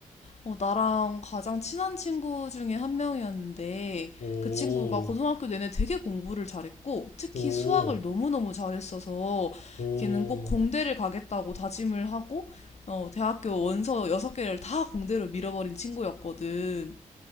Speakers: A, on the left; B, on the left.
A: 어, 나랑 가장 친한 친구 중에 한 명이었는데
B: 오,
A: 그 친구가 고등학교 내내 되게 공부를 잘했고 특히
B: 오,
A: 수학을 너무너무 잘했어서
B: 오.
A: 걔는 꼭 공대를 가겠다고 다짐을 하고 어, 대학교 원서 여섯 개를 다 공대로 밀어버린 친구였거든.